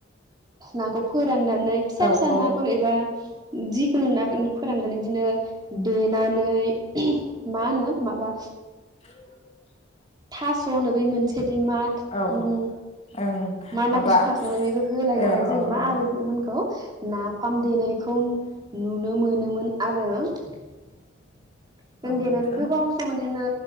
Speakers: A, on the right; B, on the left.
A: नाखौ फोराननानै फिसा
B: औ
A: फिसा
B: औ
A: नाफोर एबा जिखुनु नाखौ फोराननानै बिदिनो देनानै मा होनो माबा
B: <inaudible>
A: थासनो बै मोनसेदि मा
B: औ
A: उम
B: ओं
A: मा
B: माबा
A: नाखो आसु थास होनो बेखौ होलायनानै
B: औ
A: जों
B: औ
A: मा
B: औ
A: आबैमोनखौ नाफाम देनायखौ नुनो मोनोमोन आरो <inaudible> उन
B: औ
A: देनानै
B: नोंथां
A: गोबाव सम बिदिनो